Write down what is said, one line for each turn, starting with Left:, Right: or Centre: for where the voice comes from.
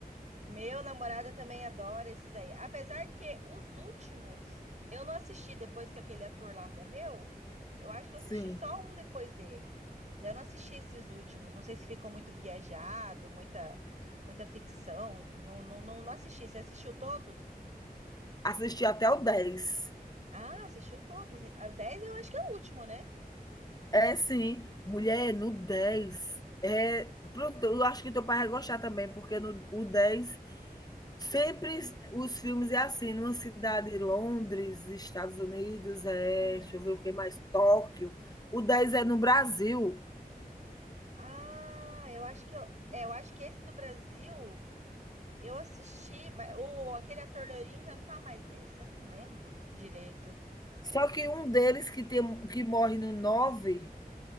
Right: Meu namorado também adora esses daí. Apesar que os últimos eu não assisti depois que aquele ator lá morreu. Eu acho que eu
Left: Sim.
Right: assisti só um depois dele. Daí eu não assisti esses últimos. Não sei se ficou muito viajado, muita, muita ficção. Não, não, não, não assisti. Você assistiu todos?
Left: Assisti até o 10.
Right: Ah, assistiu todos. A 10 eu acho que é o último, né?
Left: É, sim. Mulher, no 10. É, pronto, eu acho que teu pai vai gostar também, porque no o 10 sempre s- os filmes é assim, numa cidade, Londres, Estados Unidos, é,
Right: Uhum.
Left: deixa eu ver o que mais, Tóquio. O 10 é no Brasil.
Right: Ah, eu acho que eu, é, eu acho que esse do Brasil eu assisti, mas o aquele ator loirinho já não tá mais nesse, eu não lembro direito.
Left: Só que um deles que tem que morre no 9.